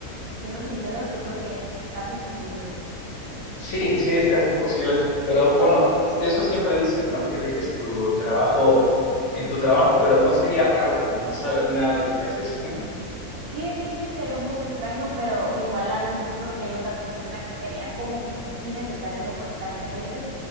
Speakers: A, on the right; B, on the left.
A: siendo sinceros, yo creo que es casi imposible.
B: Sí, sí, es casi imposible. Pero bueno, eso siempre dicen, ¿no? Que dejes tu trabajo en tu trabajo, pero no sería raro como no saber nada de lo que haces. <laughs>
A: Sí, sí, sí, sería un poco extraño, pero igual a veces yo creo que hay ocasiones en las que sería como que justo y necesario, ¿no? Porque también hay veces,